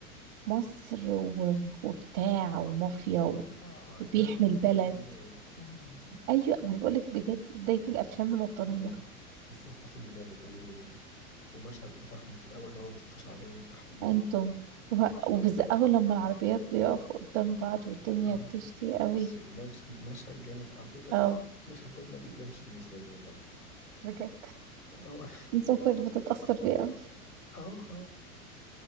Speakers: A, on the right (about 55°); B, on the left (about 85°).
A: مصر و... وبتاع ومافيا و...
B: اه
A: وبيحمي
B: هتاخد
A: البلد
B: ايه ولا كم
A: ايوه ما انا بقولك بجد بداية الافلام الوطنية
B: <laughs> مم. الصراحه فيلم جامد قوي وال... والمشهد بتاعهم في الاول هو مصطفى شعبان تحت المطر
A: انتم و... وبز... اول لما العربيات بيقفوا قدام بعض والدنيا
B: اه
A: بتشتي قوي
B: الشيء- مش- مشهد جامد على فكره
A: اه
B: المشهد ده ما بيقدمش بالنسبه لي والله
A: بجد
B: اه
A: انت شكلك بتتأثر بيه قوي.
B: اه آه.